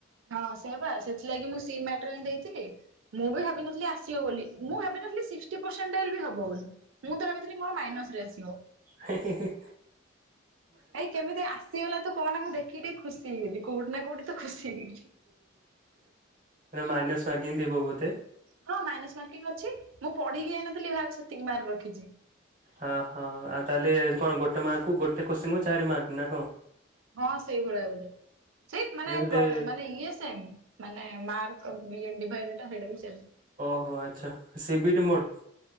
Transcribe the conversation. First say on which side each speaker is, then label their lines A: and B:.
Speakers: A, on the right; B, on the right.
A: ହଁ ସେ ସେପା ସେଥିଲାଗି ମୁଁ ସି ମ୍ୟାଟରେ ହିଁ ଦେଇଥିଲି ମୁଁ ବି ଭାବିଥିଲି ଆ ଆସିବ ବୋଲି ମୁଁ ଭାବିନଥିଲି ସିକ୍ଟି ପରସେଣ୍ଟ ହବ ବୋଲି ମୁଁ ତ ଭାବିଥିଲି ମୋର ମାଇନସ ରେ ଆସିବ।
B: ହେଁ, ହେଁ।
A: ଭାଇ କେମିତି ଆସିଗଲା ତ କଣ ନା, ମୁଁ ଦେଖି ଟିକେ ଖୁସି ହେଇଗଲିି କୋଉଠି ନା କୋଉଠି ତ ଖୁସି ହେଇଗଲି।
B: ମାଇନସ୍ ମାର୍କିଂ ଥିବ ବୋଧେ?
A: ହଁ ମାଇନାସ ମାର୍କିଂ ଅଛି, ମୁଁ ପଢିକି ଯାଇନଥିଲି ଏ ଭାବେ ସେତିକି ମାର୍କ ରଖିଚି।
B: ଓହୋ ଆଉ ତାହେଲେ କଣ ଗୋଟେ ମାର୍କକୁ ଗୋଟେ କୋଶ୍ଚିନ୍ କୁ ଚାରି ମାର୍କ ନା କ
A: ହଁ ସେଇଭଳିଆ ବୋଧେ ସେଇ ମାନେ
B: ଇଏ ବୋଧେ
A: ମାନେ ଇଏ ସେମ ମାନେ ମାର୍କ ବିଣ୍ଡିଟା ସେଇଟା ବି ସେମ।
B: ଓ ଆଚ୍ଛା ସି ବିିଟ ମୋଡ଼